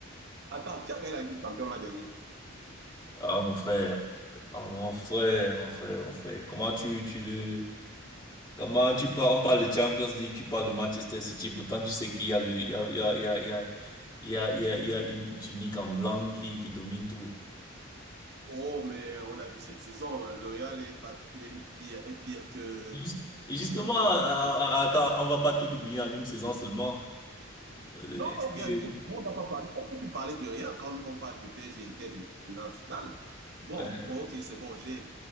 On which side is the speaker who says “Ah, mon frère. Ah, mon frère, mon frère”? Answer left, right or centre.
Left